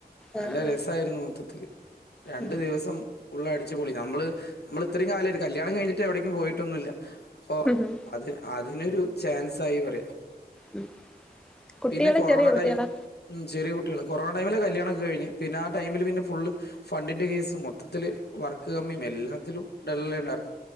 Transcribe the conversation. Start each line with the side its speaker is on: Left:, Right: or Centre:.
Left: നല്ല
Centre: ആ ആ
Left: രസമായിരുന്നു മൊത്തത്തില്. രണ്ടു
Centre: ഉം
Left: ദിവസം ഉള്ള അടിച്ചുപൊളി നമ്മള് നമ്മള് ഇത്രയും കാലം ആയി ഒരു കല്യാണം കഴിഞ്ഞിട്ട് എവിടേയ്ക്കും പോയിട്ടൊന്നുമില്ല. അപ്പൊ
Centre: ഉം
Left: അത് അതിനൊരു ചാൻസ് ആയി പറിയ
Centre: ഉം കുട്ടികള്
Left: പിന്നെ കൊറോണ
Centre: ചെറിയ കുട്ടികളാ
Left: ടൈം ഉം ചെറിയ കുട്ടികള്, കൊറോണ ടൈമില് കല്യാണം ഒക്കെ കഴിഞ്ഞു. പിന്നെ ആ ടൈമില് പിന്നെ ഫുള്ള് ഫണ്ടിൻ്റെ കേസും. മൊത്തത്തിൽ വർക്ക് കമ്മിയും എല്ലാത്തിലും <unintelligible> ഉണ്ടായിരുന്നു.